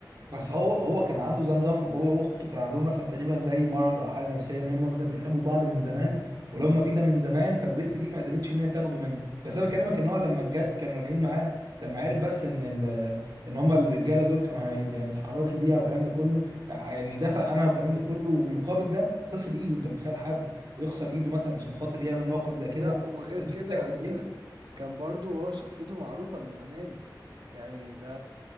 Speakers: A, on the right; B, on the right.
A: بس هو هو كان عنده ده نظام هو واخته كان عندهم مثلا تقريبا زي مرض او حاله نفسيه ان هم مثلا بيحبوا بعض من زمان واللي هم فيه ده من زمان فالبنت دي ما قدرتش ان هي تاخده منه بس انا بكلمك ان هو لما جت كانوا راجعين معاه لما عرف بس ان ال ان هم الرجاله دول كانوا هي- يعني اتحرشوا بيها والكلام ده كله راح يعني دفع عنها والكلام ده كله ومقابل ده خسر ايده انت متخيل حد يخسر ايده مثلا عشان خاطر يعمل موقف زي كده
B: لا وغير
A: فده
B: كده
A: بيقول لك قد
B: كان
A: ايه
B: كان برضو هو شخصيته معروفة انه اناني يعني ده